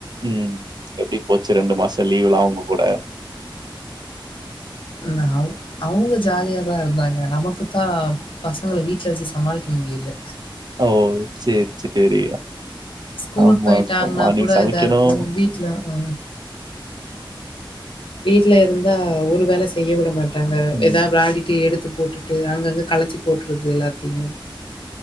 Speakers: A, on the right; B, on the left.
A: ம் எப்டி போச்சு ரெண்டு மாச லீவ்வல்லா அவுங்க கூட
B: நவ் அவுங்க ஜாலியாதா இருந்தாங்க நமக்குத்தா பசங்கள வீட்ல வச்சு ச சமாளிக்க முடியல
A: ஓ சேர் சேரி
B: ஸ்கூல்
A: ஆமா
B: போய்ட்டாங்னா
A: மார்னிங்
B: கூட
A: சமைக்கணும்
B: இதாருக்கு வீட்ல ஆ வீட்லருந்தா ஒரு வேல செய்ய வுட மாட்டாங்க
A: ம்
B: எதா வெளாடி ட்டி எடுத்து போட்டுட்டு அங்கங்க கலச்சு போட்றது எல்லாத்தியு